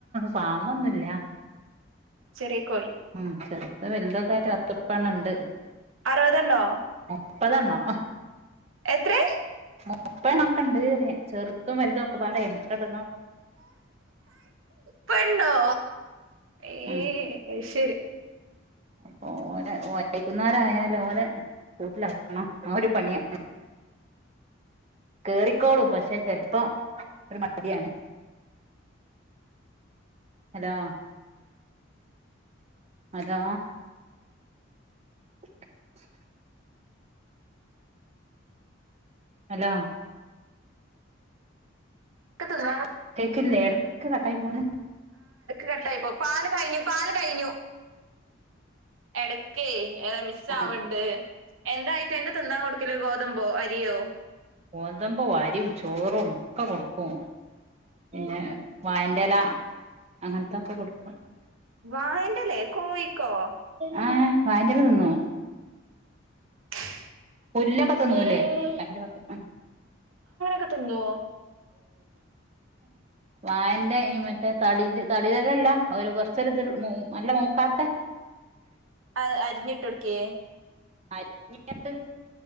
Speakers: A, on the right; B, on the right.
A: ഫാമൊന്നുമില്ലരു
B: ചെറിയ കോഴി
A: ഉ ശരി ഇ വലു കാര് അത്രപ്പണ്ണ്ട്
B: അറുപത്ണ്ടോ
A: അപ്പതണോ
B: എത്രേ
A: മുപ്പണ ഒക്കെണ്ട്റിയ ചെറുത്തും വലുതും ഒക്കെ പാട എമക്കട
B: പെണ്ടോ ഏ
A: ഉം
B: ശരി <unintelligible>
A: അപ്പൊ ഓര വൈക്കുന്നരായാലും ഓല കൂട്ടിലാക്കണം ആ ഒരു പണിയാണ് കേറിക്കോടും പക്ഷെ ചെിലപ്പോം ഒരു മടിയാണ് ഹലോ അതാ <unintelligible> അലോ
B: ഒക്കെ തിന്നാ
A: കേക്കില്ലേ ഇടക്ക കട്ടായി പോണ്
B: കട്ടായിപ്പോ പാല് കഴിഞ്ഞു പാല് കഴിഞ്ഞു എടക്കേ ഏറെ മിസ്
A: ആ
B: ആവണ്ട് എന്തായിട്ട് എന്റെ തിന്നാൻ കൊടുക്കല ഗോതമ്പോ അരിയോ
A: പന്തമ്പോ വാരിയും ചോറും ഒക്കെ കൊടുക്കും പിന്നെ വായറല അങ്ങനത്തൊക്കെ കൊടുക്കും
B: വായന്റെലേ കോഴിക്കോ
A: ആ വയന്റെല തിന്നോ?
B: <unintelligible> <inaudible> <unintelligible>
A: പുല്ലൊക്കെ തിന്നുംല്ലേ
B: ഏഹ്
A: <unintelligible>
B: ക്കെ തിന്നുവോ?
A: വായന്റെ ഈ മറ്റേ തളി തളിരലല്ല ഒരു കൊർച്ചൊരു ത് മൂ നല്ല മൂക്കാത്ത
B: ആ അരിഞ്ഞിട്ടൊട്ക്കേ?
A: അര്ഞ്ഞ്ട്ട്